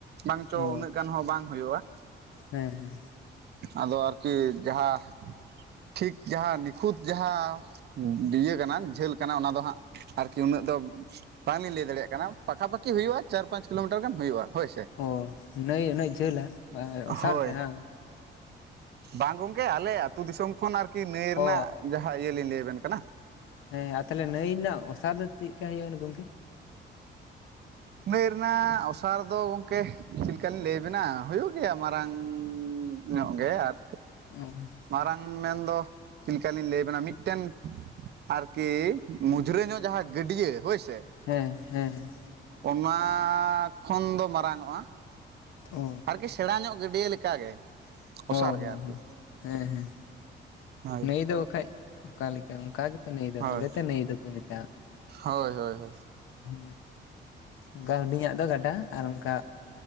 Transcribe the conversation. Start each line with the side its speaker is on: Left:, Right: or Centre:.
Right: ᱵᱟᱝ ᱪᱚ
Left: ᱚ
Right: ᱩᱱᱟᱹᱜ ᱜᱟᱱ ᱦᱚᱸ ᱵᱟᱝ ᱦᱳᱭᱳᱜᱼᱟ᱾
Left: ᱦᱮᱸ ᱦᱮᱸ
Right: ᱟᱫᱚ ᱟᱨᱠᱤ ᱡᱟᱦᱟᱸ ᱴᱷᱤᱠ ᱡᱟᱦᱟᱸ ᱱᱤᱠᱷᱩᱛ ᱡᱟᱦᱟᱸ, ᱤᱭᱟᱹ ᱠᱟᱱᱟ ᱡᱷᱟᱹᱞ ᱠᱟᱱᱟ, ᱚᱱᱟ ᱫᱚ ᱦᱟᱸᱜ᱾ ᱟᱨᱠᱤ ᱩᱱᱟᱹᱜ ᱫᱚ ᱵᱟᱝᱞᱤᱧ ᱞᱟᱹᱭ ᱫᱟᱲᱮᱭᱟᱜ ᱠᱟᱱᱟ, ᱯᱟᱠᱟᱷᱟ ᱯᱟᱠᱤ ᱦᱩᱭᱩᱜᱼᱟ ᱪᱟᱨ ᱯᱟᱸᱪ ᱠᱤᱞᱳᱢᱤᱴᱟᱨ ᱜᱟᱱ ᱦᱩᱭᱩᱜᱼᱟ, ᱦᱳᱭᱥᱮ᱾
Left: ᱚ ᱱᱟᱹᱭ ᱩᱱᱟᱹᱜ ᱡᱷᱟᱹᱞᱟ, ᱵᱟᱝ ᱚᱥᱟᱨ
Right: ᱦᱳᱭ
Left: ᱛᱮ ᱵᱟᱝ?
Right: ᱵᱟᱝ ᱜᱚᱝᱠᱮ ᱟᱞᱮ ᱟ ᱟᱹᱛᱩᱳ ᱫᱤᱥᱚᱢ ᱠᱷᱚᱱ, ᱟᱨᱠᱤ ᱱᱟᱹᱭ ᱨᱮᱱᱟᱜ
Left: ᱚ
Right: ᱡᱟᱦᱟᱸ ᱤᱭᱟᱹ ᱞᱤᱧ ᱞᱟᱹᱭᱟᱵᱮᱱ ᱠᱟᱱᱟ᱾
Left: ᱦᱮᱸ ᱟᱨ ᱛᱟᱦᱚᱞᱮ ᱱᱟᱹᱭ ᱨᱮᱱᱟᱜ ᱚᱥᱟᱨ ᱫᱚ, ᱪᱮᱫ ᱠᱟ ᱦᱳᱭᱳᱜᱼᱟ ᱜᱚᱝᱠᱮ?
Right: ᱱᱟᱹᱭ ᱨᱮᱱᱟᱜ ᱚᱥᱟᱨ ᱫᱚ, ᱜᱚᱝᱠᱮ ᱪᱮᱫ ᱞᱮᱠᱟ ᱞᱤᱧ ᱞᱟᱹᱭᱟᱵᱮᱱᱟ ᱦᱳᱭᱳᱜ ᱜᱮᱭᱟ, ᱢᱟᱨᱟᱝ ᱧᱚᱜ ᱜᱮ ᱟᱨ
Left: ᱦᱮᱸ <unintelligible>
Right: ᱢᱟᱨᱟᱝ ᱢᱮᱱᱫᱚ, ᱪᱮᱫ ᱞᱮᱠᱟᱞᱤᱧ ᱞᱟᱹᱭ ᱟᱵᱮᱱᱟ ᱢᱤᱫᱴᱮᱱ ᱟᱨᱠᱤ ᱢᱩᱡᱽᱨᱟᱹ ᱧᱚᱜ ᱡᱟᱦᱟᱸ ᱜᱟᱹᱰᱭᱟᱹ, ᱦᱳᱭ ᱥᱮ᱾
Left: ᱦᱮᱸ, ᱦᱮᱸ᱾
Right: ᱚᱱᱟ ᱠᱷᱚᱱ ᱫᱚ ᱢᱟᱨᱟᱝ ᱚᱜᱼᱟ᱾
Left: ᱚ
Right: ᱟᱨᱠᱤ ᱥᱮᱬᱟ ᱧᱚᱜ ᱜᱟᱹᱰᱭᱟᱹ ᱞᱮᱠᱟᱜᱮ᱾ ᱚᱥᱟᱨ
Left: ᱦᱚ,
Right: ᱜᱮ
Left: ᱦᱮ,
Right: ᱟᱨᱠᱤ
Left: ᱦᱮᱸ, ᱦᱮᱸ
Right: ᱦᱳᱭ
Left: ᱱᱟᱭ ᱫᱚ ᱵᱟᱠᱷᱟᱡ ᱚᱠᱟ ᱞᱮᱠᱟ, ᱚᱱᱠᱟ ᱜᱮ ᱱᱟᱹᱭ ᱫᱚ,
Right: ᱦᱳᱭ
Left: ᱛᱚᱵᱮ ᱛᱚ ᱱᱟᱹᱭ ᱫᱚᱠᱚ ᱢᱮᱛᱟᱣᱟ᱾
Right: ᱦᱳᱭ, ᱦᱳᱭ, ᱦᱳᱭ᱾
Left: ᱦᱮᱸ ᱚᱝᱠᱟ ᱦᱩᱰᱤᱧᱟᱜ ᱫᱚ ᱜᱟᱰᱟ, ᱟᱨ ᱚᱝᱠᱟ